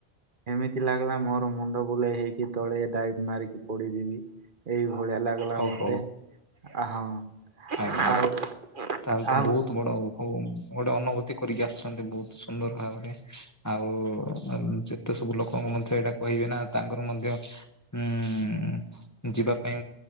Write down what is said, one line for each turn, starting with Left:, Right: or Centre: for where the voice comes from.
Right: ଏମିତି ଲାଗିଲା ମୋର ମୁଣ୍ଡ ବୁଲେଇ ହେଇକି ତଳେ <unintelligible> ମାରିକି ପଡିଯିବି। ଏଇ ଭଳିଆ ଲାଗିଲା
Left: ଓହୋ
Right: ମତେ। ଅ ହଁ।
Left: ଆଜ୍ଞା ଆଜ୍ଞା।
Right: ଆଉ
Left: ତାହେଲେ ତ
Right: ଆଉ
Left: ବହୁତ ବଡ ଅନୁଭବ ଗୋଟେ ଅନୁଭୂତି କରିକି ଆସିଛନ୍ତି ବହୁତ ସୁନ୍ଦର ଭାବରେ। ଆଉ ଯେତେ ସବୁ ଲୋକଙ୍କ ମଧ୍ୟ ଏଇଟା କହିବେ ନା ତାଙ୍କର ମଧ୍ୟ ଉଁ ଯିବା ପାଇଁ